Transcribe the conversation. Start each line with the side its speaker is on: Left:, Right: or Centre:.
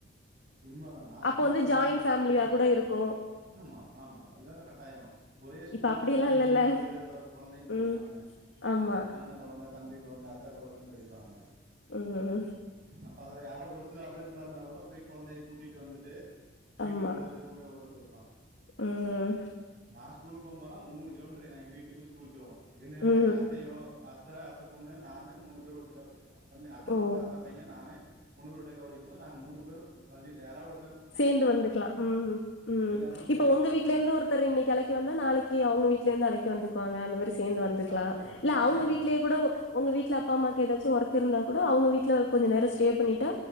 Right: உண்மை தான் நான் ஸ்கூலுக்கு
Left: அப்ப வந்து
Right: போகும்ல்லாம்
Left: ஜாயிண்ட் ஃபேமிலியா
Right: பாத்தீங்கன்னா
Left: கூட இருக்கு
Right: ஆமா ஆமா எல்லாரும் கட்டாயம் ஒரே ஸ்கூல்ல
Left: இப்ப அப்டியெல்லா
Right: ரெண்டு
Left: இல்லல்ல
Right: மூணு பேரோட குழந்தைங்க படிப்பாங்க
Left: ம் ஆமா
Right: அண்ண கொழந்த தம்பி குழந்தை அத்தை குழந்தைன்னு படிப்பாங்க
Left: உம்
Right: அப்ப அதுல யாராது ஒரு அவைளப்பில்லா இருந்தா கூட கொழந்தைய கூட்டிட்டு வந்துட்டு வீட்ல
Left: ஆமா
Right: விடுறது கொண்டு போய் விடுறது இருப்பாங்க
Left: ம்
Right: நான் ஸ்கூல் போகும்போதுலாம் மூணு கிலோமீட்டரு என் வீட்டுக்கு ஸ்கூலுக்கும் என்ன வந்து
Left: ம்
Right: எங்க அத்தையோ அ அ அத்த பொண்ணு நானு மூணு பேர் ஒட்டுக்கா படிச்சோம் அ அத்த
Left: ஓ
Right: பொண்ணு அத்தை பையன் நானு மூணு பேரும் ஓட்டுகா படிக்கும்போது நாங்கள் மூணு பேரும் வண்டி யாரது ஒருத்
Left: சேர்ந்து வந்துக்கலாம் உம் உம்
Right: எல்லாருமே
Left: இப்ப
Right: போயிட்டு
Left: உங்க
Right: வருவாங்க
Left: வீட்ல இருந்து ஒருத்தர் இன்னைக்கு அழைக்க வந்தா நாளைக்கு அவங்க வீட்டுல இருந்து அழைக்க வந்துக்குவாங்க அந்த மாதிரி சேர்ந்து வந்துக்கலாம்
Right: அது மாதிரி தான்
Left: இல்ல
Right: அதே
Left: அவங்க
Right: மாதிரி
Left: வீட்லேயே
Right: தான்
Left: கூட உங்க வீட்டுல அ அப்ப அம்மாக்கு ஏதாச்சும் ஒர்க் இருந்தா கூட அவங்க வீட்டுல கொஞ்சம் நேர ஸ்டே பண்ணிட்டு